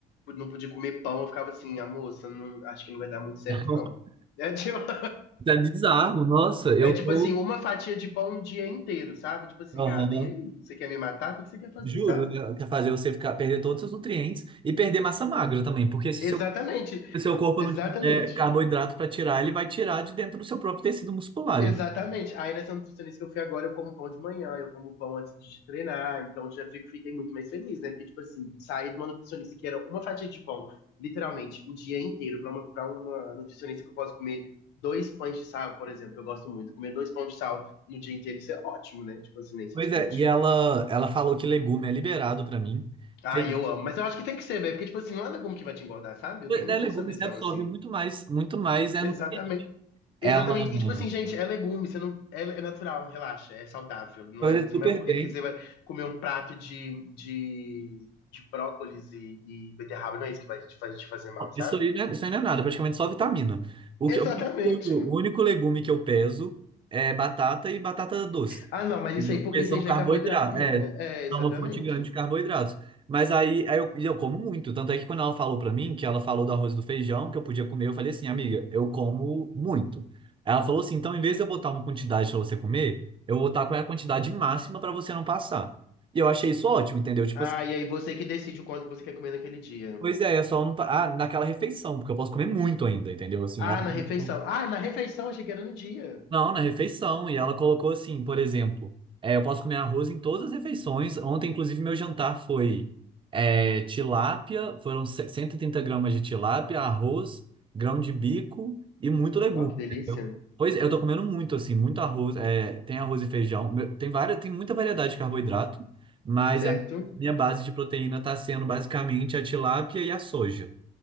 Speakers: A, on the left; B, on the right.
A: não podia comer pão. Eu ficava assim, a moça, não, acho que não vai dar muito certo,
B: <laughs>
A: não. É, tipo... <laughs>
B: é bizarro, nossa, eu
A: É tipo
B: tô.
A: assim, uma fatia de pão no dia inteiro, sabe? Tipo assim,
B: Aham.
A: gata, e aí? Você quer me matar? O que que você quer fazer,
B: Juro,
A: sabe?
B: quer fazer você ficar, perder todos os seus nutrientes e perder massa magra também, porque se
A: Exatamente,
B: seu, se seu corpo
A: exatamente,
B: não tiver carboidrato para tirar, ele vai tirar de dentro do seu próprio tecido muscular.
A: exatamente.
B: hein?
A: Aí nessa nutricionista que eu fui agora, eu como pão de manhã, eu como pão antes de treinar, então já fico, fiquei muito mais feliz, né? Porque, tipo assim, sair de uma nutricionista que era uma fatia de pão, literalmente, o dia inteiro, pra uma, pra uma nutricionista que eu posso comer dois pães de sal, por exemplo, eu gosto muito, comer dois pães de sal no dia inteiro, isso é ótimo, né? Tipo assim, nem se
B: Pois
A: discute.
B: é, e ela, ela falou que legume é liberado para mim.
A: Ah,
B: Feijão,
A: eu amo. Mas eu acho que tem que ser, velho. Porque, tipo assim, não é legume que vai te engordar, sabe? Eu tenho
B: né,
A: muito
B: legume
A: essa visão,
B: você absorve
A: assim.
B: muito mais, muito mais, é,
A: Exatamente.
B: nutriente. ela
A: Exatamente. E, tipo assim, gente, é legume. Você não... É, é natural, relaxa. É saudável. Não
B: faz
A: é... Você
B: super
A: não vai morrer
B: bem.
A: porque você vai comer um prato de, de, de brócolis e, e beterraba. Não é isso que vai te fazer, te fazer mal, sabe?
B: Isso aí, não é- isso aí não é nada, praticamente só vitamina. O
A: Exatamente.
B: que, o único, o único legume que eu peso é batata e batata doce.
A: Ah, não. Mas
B: Entendeu?
A: isso aí, porque
B: Porque
A: isso
B: são
A: aí já
B: carboidratos.
A: é carboidrato também,
B: É,
A: né?
B: é
A: É, exatamente.
B: uma fonte grande de carboidratos. Mas aí, aí eu, e eu como muito. Tanto é que quando ela falou pra mim, que ela falou do arroz e do feijão, que eu podia comer, eu falei assim, amiga, eu como muito. Ela falou assim, então em vez de eu botar uma quantidade pra você comer, eu vou botar qual é a quantidade máxima pra você não passar. E eu achei isso ótimo, entendeu? Tipo
A: Ah, e aí você que decide o quanto você quer comer naquele dia.
B: Pois é, é só não. pa- Ah, naquela refeição, porque eu posso comer muito ainda, entendeu? Assim,
A: Ah,
B: ela...
A: na
B: colocou-
A: refeição. Ah, na refeição. Achei que era no dia.
B: Não, na refeição. E ela colocou assim, por exemplo, é, eu posso comer arroz em todas as refeições. Ontem, inclusive, meu jantar foi é, tilápia, foram se- 130 gramas de tilápia, arroz, grão de bico e muito legume,
A: Nossa, que delícia.
B: entendeu? Pois é, eu tô comendo muito, assim, muito arroz. é, tem arroz e feijão, meu- tem várias, tem muita variedade de carboidrato, mas
A: Certo?
B: a minha base de proteína tá sendo basicamente a tilápia e a soja.